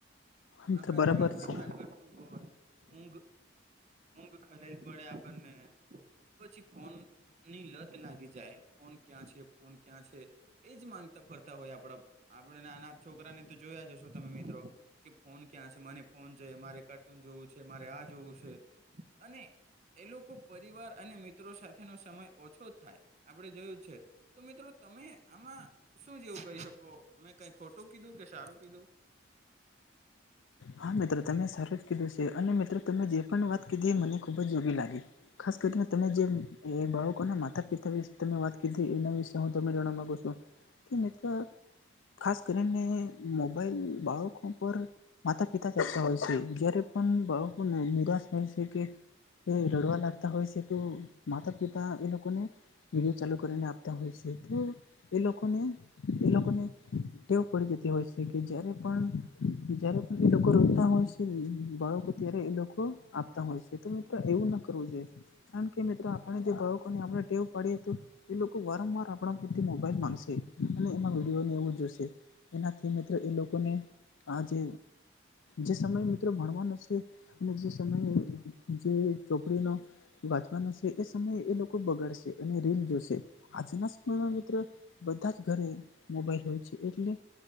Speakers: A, on the left (about 80°); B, on the right (about 35°).
A: મિત્ર
B: આપડા
A: બરાબર
B: <unintelligible> ધ્યાન
A: છે
B: ઘટતું હોય ઊંઘ ઊંઘ ખલેડ પડે આપણને. પછી ફોનની લત લાગી જાય ફોન ક્યાં છે ફોન ક્યાં છે એજ માંગતા ફરતા હોય આપડા આપડે આના છોકરાને તો જોયા હશો તમે મિત્રો કે ફોન ક્યાં છે મને ફોન જોઈ મારે કાર્ટૂન જોવું છે મારે આ જોવું છે અને એ લોકો પરિવાર અને મિત્રો સાથેનો સમય ઓછો થાય. આપડે જોયું છે તો મિત્રો તમે આમાં શું જેવું કહી શકો મેં કઈ ખોટું કીધું કે સારું કીધું?
A: હા મિત્રો તમે સારું જ કીધું છે. અને મિત્રો તમે જે પણ વાત કીધી એ મને ખુબ જ નવી લાગી. ખાસ કરીને તમે જે બાળકોના માતા પિતા વિશે તમે વાત કરીધી એ ના વિશે હું તમને જાણવા માંગુ છું. કે મિત્ર ખાસ કરીને મોબાઈલ બાળકો પર માતા પિતા જતા હોય છે જયારે પણ નિરાશ હોય છે કે એ રડવા લાગતા હોય છે, તો માતા પિતા એ લોકોને વિડીયો ચાલુ કરીને આપતા હોય છે, તો એ લોકોને એ લોકોને ટેવ પડી જતી હોય છે, કે જ્યારે પણ જ્યારે એ લોકો રોતા હોય છે, બાળકો ત્યારે એ લોકો આપતા હોય છે, તો મિત્રો એવું ના કરવું જોઈએ. કારણ કે, મિત્રો આપણને જે બાળકોને આપણે ટેવ પાડીએ તો એ લોકો વારંવાર આપણા પાયેથી મોબાઈલ માંગશે અને એમાં વિડીયો નેવું જોશે. એનાથી મિત્રો એ લોકોને આ જે જે સમયે મિત્રો ભણવાનો છે, અને જે સમયે જે ચોપડીનો વાંચવાનું છે, એ સમયે એ લોકો બગાડશે અને રીલ જોશે, આજના સમયમાં મિત્રો બધા જ ઘરે મોબાઈલ હોય છે, એટલે